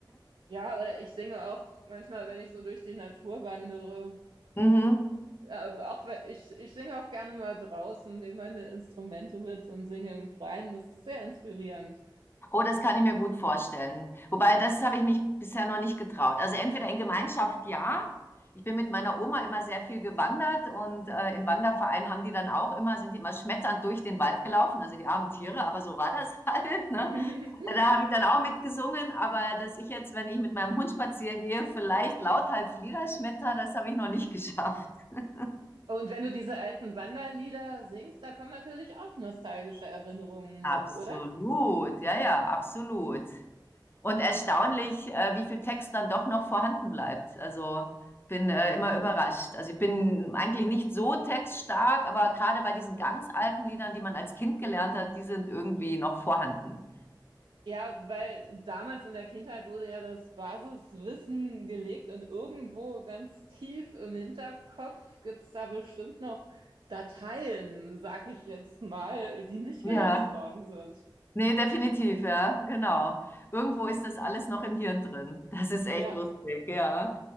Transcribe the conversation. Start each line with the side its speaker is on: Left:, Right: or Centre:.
Right: Ja, oder ich singe auch manchmal, wenn ich so durch die Natur wandere.
Left: Mhm.
Right: Ähm, auch wenn- ich, ich singe auch gerne mal draußen, nehme meine Instrumente mit und singe im Freien. Das ist sehr inspirierend.
Left: Oh, das kann ich mir gut vorstellen. Wobei, das habe ich mich bisher noch nicht getraut. Also entweder in Gemeinschaft, ja. Ich bin mit meiner Oma immer sehr viel gewandert und äh, im Wanderverein haben die dann auch immer, sind die immer schmetternd durch den Wald gelaufen, also die armen Tiere, aber so war das <laughs> halt. Ne?
Right: <laughs>
Left: Da habe ich dann auch mitgesungen, aber dass ich jetzt, wenn ich mit meinem Hund spazieren gehe, vielleicht lauthals Lieder schmetter, das habe ich noch nicht geschafft. <laughs>
Right: Und wenn du diese alten Wanderlieder singst, da kommen natürlich auch nostalgische Erinnerungen
Left: Absolut,
Right: hoch, oder?
Left: ja, ja, absolut. Und erstaunlich, äh, wie viel Text dann doch noch vorhanden bleibt. Also bin äh, immer überrascht. Also ich bin eigentlich nicht so textstark, aber gerade bei diesen ganz alten Liedern, die man als Kind gelernt hat, die sind irgendwie noch vorhanden.
Right: Ja, weil damals in der Kindheit wurde ja das Basiswissen gelegt und irgendwo ganz tief im Hinterkopf gibt's da bestimmt noch Dateien, sag ich jetzt mal, die nicht
Left: Ja,
Right: gelöscht worden sind.
Left: nee, definitiv, ja, genau. Irgendwo ist das alles noch im Hirn drin. Das ist echt
Right: Ja,
Left: lustig, ja,